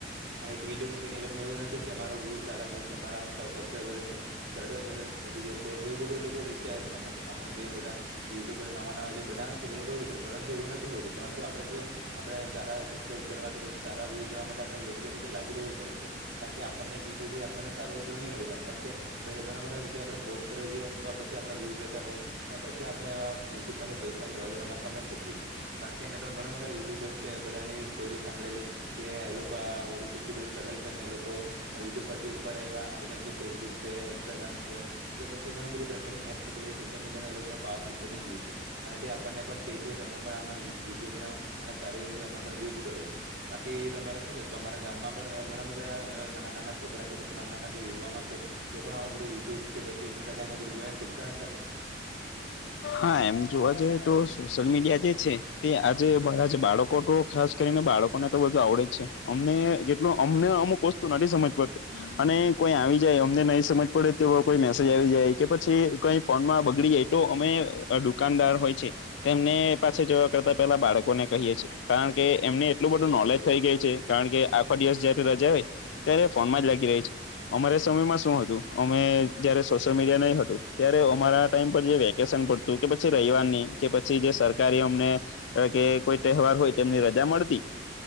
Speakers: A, on the right (about 70°); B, on the left (about 85°).
A: આ એક વિડીયો મૂકીને એ લોકોને એવું નથી કે અરો વ્યૂ સારા જશે મારા સબસ્ક્રાઈબ તરત જ બધા વધી જશે એવું બધું લોકો વિચારે છે અમુક અમુક જે બધા યુટ્યુબર નવા નવા જે બનાવે છે એ તે લોકો વિચાર્યું પરંતુ એવું નથી હોતું પરંતુ આપડે જો આપડે સારા સબસ્ક્રાઈબ કરવા કે પછી સારા વ્યુ જોવા માટે આપડે યોગ્ય રીતે લાગી રહેવું પડે છે. કારણ કે આપણને એક વિડીયોથી આપણને સારો ઉપરો નહી મળી જવાનું કારણ કે એવી રીતે ઘણા બધા વિડીયો આપડ પોસ્ટ કરએ તો પછી આપડા વ્યુ જતા હોય. અને પછી આપડે આ યુટ્યુબ પરથી પૈસા ડોલરોમાં કમાઈ શકીએ છીએ. કારણ કે મેં તો ઘણા બધા યુ્યબર્સ છે બધાની સ્ટોરી સાંભળેલી. કે એ લોકો આ બધું કેટલી બધી સ્ટ્રગલ કરીને એ લોકો આ યુટ્યુબ પરથી ઉપર રહેવા અને જેમ કે ફેસબુક છે ઇન્સ્ટાગ્રામ છે. કે પછી ઘણી બધી પ્રકારની એપ્ છે તે સોશિયલ મીડિયાને અલગનું પાવરફુલ બની ગયું છે. અને તે આપણને પણ કહે છે કે તમે પણ આમાં વિ વિડીયો બનાવો અને સારી રીતે એમાં પણ યુઝ કરો. બાકી તમારે શું કે તમારા ગામમાં પણ ઘણા બધા અ નાના નાના છોકરા કે પછી નાના નાના જે યુવાનો છે. તે પણ આ બધું યુટ્યુબસ કે પછી ઇન્સ્ટાગ્રામ બધું જોયા શીખતા હશેને.
B: હા એમ જોવા જઈએ તો સોશિયલ મીડિયા જે છે તે આજે બાળકો તો ખાસ કરીને બાળકોને તો બધું આવડે જ છે અમને જેટલું અમને અમુક વસ્તુ નથી સમજ પડતું અને કોઈ આવી જાય અમને નહી સમજ પડે તે કોઈ મેસેજ આવી જાય કે પછી કઈ ફોનમાં બગડી જાય તો અમે દુકાનદાર હોય છે તેમને પાસે જવા કરતા પેલા બાળકોને કહીએ છીએ. કારણ કે એમને એટલું બધું નોલેજ થઈ ગયું છે કારણ કે આખો દિવસ જયારે રજા હોય અત્યારે ફોન માં જ લાગી રહી છે. અમારે સમયમાં શું હતું અમે જયારે સોશિયલ મીડિયા નહી હતું ત્યારે અમારા ટાઈમ પર જે વેકેશન પડતું કે પછી રવિવારની કે પછી જે સરકારી અમને કે કોઈ તહેવાર હોય તો એની રજા મળતી.